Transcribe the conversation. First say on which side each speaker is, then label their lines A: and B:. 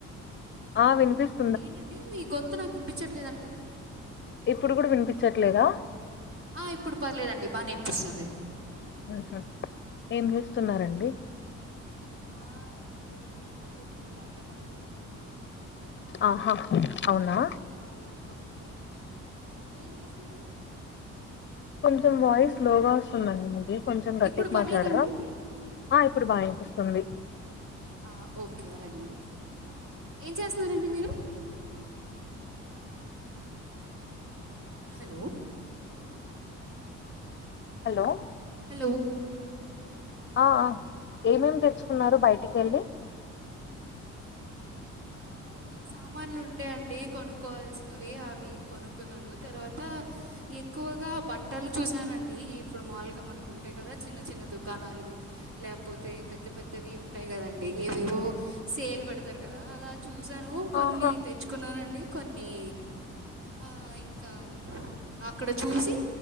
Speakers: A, on the left; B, on the right.
A: ఆ విన్పిస్
B: ఏంటండి మీ గొంతు నాకు ఇనిపించట్లేదండి
A: ఇప్పుడు కూడా వినిపించట్లేదా
B: ఆ ఇప్పుడు పర్లేదండి బానేవిన్పిస్తుంది
A: ఆహా ఏం చేస్తున్నారండి
B: ఆఏం లేదండి ఇందాకే కొన్ని బయట పనులు ఉన్నాయి కొంచెం
A: ఆహా
B: ఆ బట్టలు కొనుక్కునేవి
A: అవునా
B: అవి కొనుక్కొని వచ్చాను మీరేం చేస్తున్నారండి
A: కొంచెం వాయిస్ స్లోలోగా వస్తుందండి మీది కొంచెం గట్టికి
B: ఇప్పుడు పర్లేదండి
A: మాట్లాడరా ఆ ఇప్పుడు బానిపిస్తుంది
B: ఆ ఓకే అలాగే అండి ఏం చేస్తున్నారండి మీరు హలో
A: హలో
B: హలో
A: ఆ ఆ ఏమేమి తెచ్చుకున్నారు బయటికి వెళ్ళి
B: ఆ కొన్ నీ సామాన్లు ఉండే అండి కొనుక్కవాల్సినవి అవి కొనుక్కున్నాను తర్వాత ఎక్కువగా బట్టలు చూసానండి ఇప్పుడు మాముూలుగా మనకుంటేయి కదా చిన్న చిన్న దుకాణాలు లేకపోతే పెద్ద పెద్దవి ఉంటాయి కదండి ఏవేవో సేల్ పెడతారు కదా అలా చూసాను కొన్ని
A: ఆహా
B: తెచ్చుకున్నానండి కొన్ని ఆ ఇంకా అక్కడ చూసి